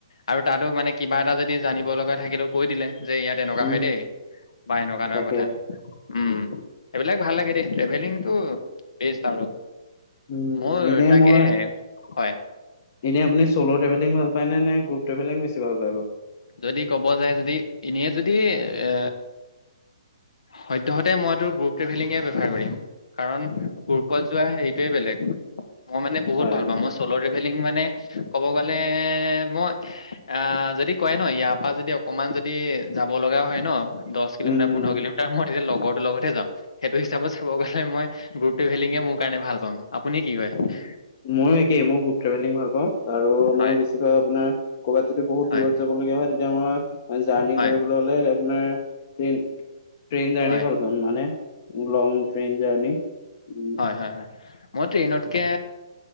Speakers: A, on the left (about 70°); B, on the left (about 30°).
A: আৰু তাতো মানে কিবা এটা যদি জানিব লগা থাকিলেও কৈ দিলে, যে ইয়াত তেনেকুৱা
B: উম
A: হয় দেই, বা এনেকুৱা এনেকুৱা
B: তাকে
A: কথা, উম', সেইবিলাক ভাল লাগে দেই ট্ৰেভেলিং টো বেষ্ট আৰু
B: উম
A: মোৰ
B: এনে
A: তাকেই
B: মই
A: হয়
B: এনে আপুনি চ'ল' ট্ৰেভেলিং ভাল পায় নে নে গ্ৰুপ ট্ৰভেলিং বেছি ভাল পায় বাৰু
A: যদি ক'ব যায় যদি এনে যদি এ সদ্যহতে মইতো গ্ৰুপ ট্ৰেভেলিঙে প্ৰেফাৰ কৰিম কাৰণ গ্ৰূপত যোৱা হেৰিটোৱে বেলেগ মই মানে বহুত
B: হয়
A: ভাল
B: হয়
A: পাওঁ মই চ'ল' ট্ৰেভেলিং মানে ক'ব গলে মই আ যদি কয় ন ইয়াৰ পৰা যদি অকমান যদি যাব লগা হয় ন দহ কিলোমিটাৰ
B: উম উম
A: পোন্ধৰ
B: উম
A: কিলোমিটাৰ মই তেতিয়া লগৰটোৰ লগতহে যাও সেইটো হিচাপত চাব গ'লে মই গ্ৰুপ ট্ৰেভেলিঙে মোৰ কাৰণে ভাল পাম। আপুনি কি কয়
B: ময়ো একেই মই গ্ৰুপ ট্ৰেভেলিং ভাল পাওঁ আৰু মই
A: হয়,
B: বেছিভাগ আপোনাৰ। ক'ৰবাত যদি বহুত
A: হয়,
B: দূৰত যাব লগীয়া হয় তেতিয়া মই জাৰ্ণি
A: হয়,
B: কৰিবলৈ হ'লে আপোনাৰ ট্ৰেইন ট্ৰেইন জাৰ্ণি
A: হয়।
B: ভাল পাম মানে লং ট্ৰেইন জাৰ্ণি উ
A: হয় হয় হয় মই ট্ৰেইনতকে